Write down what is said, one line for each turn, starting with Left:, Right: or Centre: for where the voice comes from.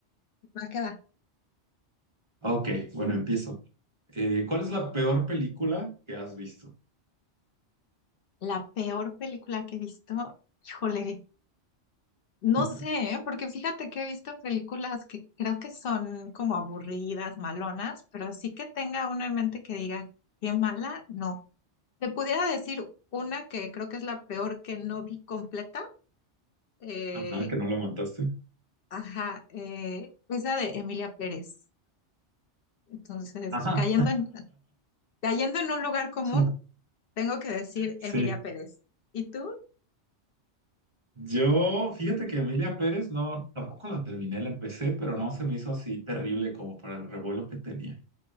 Left: va que va.
Right: Ok, bueno, empiezo. Eh, ¿cuál es la peor película que has visto?
Left: La peor película que he visto, híjole, no
Right: <laughs>
Left: sé, ¿eh? porque fíjate que he visto películas que creo que son como aburridas, malonas, pero así que tenga uno en mente que diga, qué mala, no. Te pudiera decir una que creo que es la peor que no vi completa, eh,
Right: Ajá, que no lo aguantaste.
Left: ajá, eh, esa de Emilia Pérez. Entonces,
Right: Ajá.
Left: cayendo en, cayendo en un lugar común,
Right: <laughs>
Left: tengo que decir
Right: Sí.
Left: Emilia Pérez. ¿Y tú?
Right: Yo, fíjate que Emilia Pérez no, tampoco la terminé, la empecé, pero no se me hizo así terrible como para el revuelo que tenía.